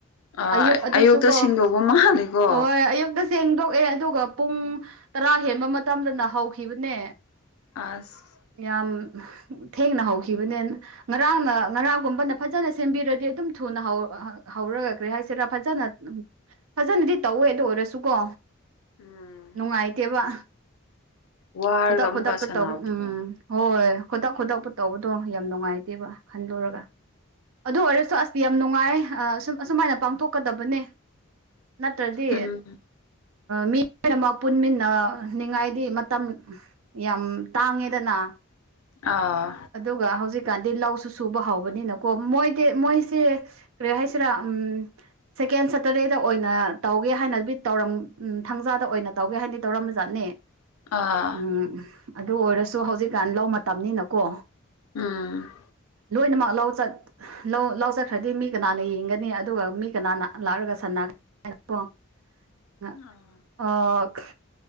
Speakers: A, on the left; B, on the right.
A: ꯑꯥ
B: ꯑꯌꯨꯛ ꯑꯗꯨꯁꯨꯨ
A: ꯑꯌꯨꯛꯇ
B: ꯀꯣ
A: ꯁꯤꯟꯗꯧꯕ ꯃꯥꯜꯂꯦꯀꯣ
B: ꯍꯣꯏ ꯑꯌꯨꯛꯗꯥ ꯁꯦꯡꯗꯣꯛꯑꯦ ꯑꯗꯨꯒ ꯄꯨꯡ ꯇꯔꯥ ꯍꯦꯟꯕ ꯃꯇꯝꯗꯅꯥ ꯍꯧꯈꯤꯕꯅꯦ
A: ꯑꯥꯁ
B: ꯌꯥꯝ ꯊꯦꯡꯅꯥ ꯍꯧꯈꯤꯕꯅꯦ ꯉꯔꯥꯡꯅ ꯉꯔꯥꯡꯒꯨꯝꯕꯅꯥ ꯐꯖꯅ ꯁꯦꯝꯕꯤꯔꯗꯤ ꯑꯗꯨꯝ ꯊꯨꯅ ꯍꯧ ꯍꯧꯔꯒꯥ ꯀꯔꯤ ꯍꯥꯏꯁꯤꯔꯥ ꯐꯖꯅ ꯐꯖꯅꯗꯤ ꯇꯧꯋꯦ ꯑꯗꯨ ꯑꯣꯏꯔꯁꯨꯀꯣ
A: ꯎꯝ
B: ꯅꯨꯡꯉꯥꯏꯇꯦꯕꯥ
A: ꯋꯥꯔꯒ
B: ꯈꯨꯗꯛ
A: ꯑꯃꯨꯛꯀ
B: ꯈꯨꯗꯛꯇꯥ
A: ꯁꯥꯟꯅꯕꯗꯣ
B: ꯇꯧꯕ ꯎꯝ ꯍꯣꯏ ꯈꯨꯗꯛ ꯈꯨꯣꯇꯛꯄꯨ ꯇꯧꯕꯗꯣ ꯌꯥꯝ ꯅꯨꯡꯉꯥꯏꯇꯦꯕ ꯈꯟꯂꯨꯔꯒꯥ ꯑꯗꯨ ꯑꯣꯏꯔꯁꯨ ꯑꯁ ꯌꯥꯝ ꯅꯨꯡꯉꯥꯏ ꯌꯦ ꯑꯁꯨꯝ ꯑꯁꯨꯃꯥꯏꯅ ꯄꯥꯡꯊꯣꯛꯀꯗꯕꯅꯦ ꯅꯠꯇ꯭ꯔꯗꯤ
A: ꯎꯝ
B: ꯃꯤ ꯂꯣꯏꯅꯃꯛ ꯄꯨꯟꯃꯤꯟꯅꯥꯅꯤꯡꯉꯥꯏꯗꯤ ꯃꯇꯝ ꯌꯥꯝ ꯇꯥꯡꯉꯦꯗꯅꯥ
A: ꯑꯥ
B: ꯑꯗꯨꯒ ꯍꯧꯖꯤꯛꯀꯥꯟꯗꯤ ꯂꯧꯁꯨ ꯁꯨꯕꯥ ꯍꯧꯕꯅꯤꯅꯀꯣ ꯃꯣꯏꯗꯤ ꯃꯣꯏꯁꯦ ꯀ꯭ꯔꯤ ꯍꯥꯏꯁꯤꯔꯥ ꯎꯝ ꯁꯦꯀꯦꯟ ꯁꯇꯔꯗꯦꯗꯥ ꯑꯣꯏꯅ ꯇꯧꯒꯦ ꯍꯥꯏꯅꯗꯤ ꯇꯧꯔꯝ ꯊꯥꯡꯖꯥꯗ ꯑꯣꯏꯅ ꯇꯧꯒꯦ ꯍꯥꯏꯅꯗꯤ ꯇꯧꯔꯝꯕ ꯖꯥꯠꯅꯤ
A: ꯑꯥ
B: ꯎꯝ ꯑꯗꯨ ꯑꯣꯏꯔꯁꯨ ꯍꯧꯖꯤꯛꯀꯥꯟ ꯂꯧ ꯃꯇꯝꯅꯤꯅꯥꯀꯣ
A: ꯎꯝ
B: ꯂꯣꯏꯅꯥꯃꯛ ꯂꯧ ꯆꯠ ꯂꯧ ꯂꯧꯆꯠꯈ꯭ꯔꯗꯤ ꯃꯤ ꯀꯅꯥꯅ ꯌꯦꯡꯒꯅꯤ ꯑꯗꯨꯒ ꯃꯤ ꯀꯅꯥꯅ ꯂꯥꯛꯔꯒ ꯁꯟꯅꯒꯅꯤ <inaudible>
A: <inaudible>
B: ꯑꯣ